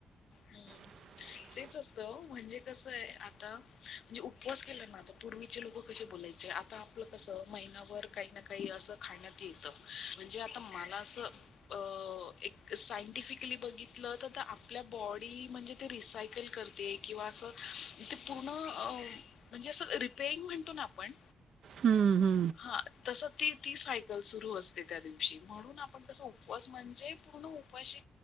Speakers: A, on the left (about 75°); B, on the right (about 70°).
A: हम्म
B: <inaudible>
A: तेच असतं हो म्हणजे कसं आहे. आता म्हणजे उपवास केला ना आता पूर्वीचे लोक कसे बोलायचे. आता आपलं कस महिनाभर काही ना काही असं खाण्यात येत म्हणजे आता मला असं. अ एक सायंटिफिकली बघितलं तर आपल्या बॉडी म्हणजे, ती रिसाइकल करती किंवा ते पूर्ण म्हणजे असं रिपेइंग आपण.
B: हम्म हम्म.
A: हा तस त ती सायकल सुरू असते त्या दिवशी म्हणून आपण तस उपवास म्हणजे पूर्ण उपवाशी